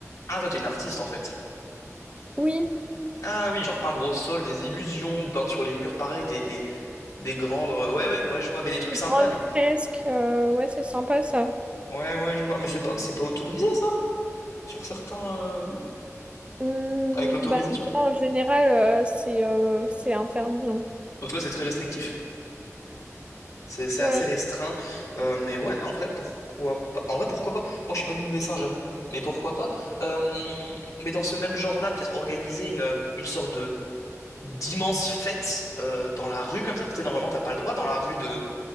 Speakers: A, on the left (about 85°); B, on the right (about 20°).
A: Ah, toi, t'es une artiste, en fait.
B: Oui.
A: Ah oui, genre peindre au sol des illusions ou peindre sur les murs, pareil, des, des, des grandes... euh, Ouais, ouais, ouais, je vois, mais des trucs
B: Une
A: sympas,
B: grande
A: du coup.
B: fresque, euh, ouais, c'est sympa ça.
A: Ouais, ouais, je vois. Mais c'est pas, c'est pas autorisé, ça? Sur certains euh, murs?
B: Hmm,
A: Avec l'autorisation?
B: bah non, en général, euh, c'est euh, c'est interdit. hein.
A: En tout cas, c'est très restrictif. C'est c'est
B: Ouais.
A: assez restreint. Euh, mais ouais, en vrai, pourquoi pas? En vrai, pourquoi pas? Moi, je suis pas du tout dessin, j'avoue. Mais pourquoi pas? Euh, mais dans ce même genre-là, peut-être organiser une, une sorte de d'immense fête euh, dans la rue comme ça. Tu sais, normalement, t'as pas le droit dans la rue de